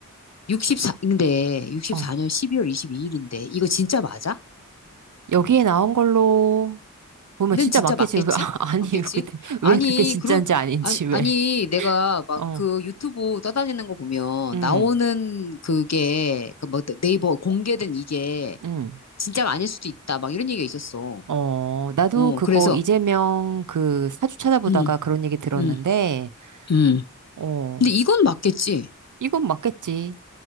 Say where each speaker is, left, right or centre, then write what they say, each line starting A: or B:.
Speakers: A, on the left; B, on the right.
A: 64, 근데 64년
B: 어.
A: 12월 22일인데 이거 진짜 맞아?
B: 여기에 나온 걸로 보면
A: 는
B: 진짜
A: 진짜
B: 맞겠지.
A: 맞겠지?
B: <laughs> 아, 아니,
A: 맞겠지?
B: 근데
A: 아니,
B: 왜 그게 진짜인지
A: 그런
B: 아닌지
A: 아니
B: 왜.
A: 아니 내가 막
B: 어,
A: 그 유튜브 떠다니는 거 보면
B: 음,
A: 나오는 그게 그 뭐 네이버 공개된 이게
B: 음.
A: 진짜가 아닐 수도 있다. 막 이런 얘기가 있었어.
B: 어, 나도
A: 어,
B: 그거
A: 그래서
B: 이재명 그 사주 찾아보다가
A: 음,
B: 그런 얘기 들었는데,
A: 음, 음.
B: 어,
A: 근데 이건 맞겠지.
B: 이건 맞겠지.